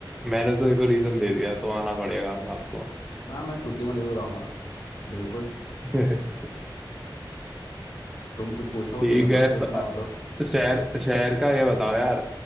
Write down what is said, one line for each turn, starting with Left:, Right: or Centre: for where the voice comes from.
Centre: मैंने तो देखो रीजन दे दिया तो आना पड़ेगा अब आपको
Left: हाँ मैं छुट्टियों में जरूर आऊंगा बिल्कुल
Centre: <laughs>
Left: तुम कुछ पूछो
Centre: ठीक
Left: तुम्हें कुछ
Centre: है
Left: पूछना
Centre: तो अ-
Left: हो तो
Centre: शहर शहर का ये बताओ यार